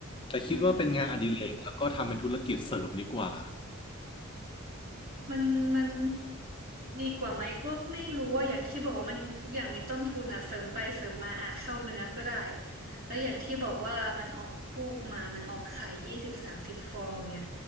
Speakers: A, on the left; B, on the right.
A: แต่คิดว่าเป็นงานอดิเรกแล้วก็ทำเป็นธุรกิจเสริมดีกว่า
B: อืม มันมันดีกว่าไหมก็ไม่รู้ว่าอย่างที่บอกว่ามันทุกอย่างมีต้นทุนอ่ะเสริมไปเสริมมาอาจเข้าเนื้อก็ได้แล้วอย่างที่บอกว่ามันออกลูกมามันออกไข่ยี่สิบสามสิบฟองอย่างเงี้ย